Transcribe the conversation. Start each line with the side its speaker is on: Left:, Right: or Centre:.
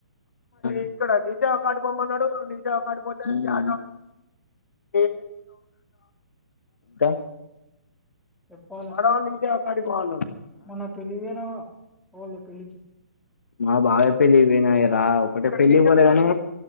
Left: ఇక్కడ నిజే కాటిపోమ్మన్నాడు నిజే కాడిపోతే చేయాలి కాని ఇంకా
Centre: చెప్పాలి
Left: వాడ నికే ఆమెకాడికి పో అన్నాడు
Centre: మొన్న పెళ్లికి పోయినావుగా పోలే పెళ్లికి
Left: మా బావే పెళ్ళి కి పోయినాయరా ఒకటే పెళ్ళి కి పోలే గాని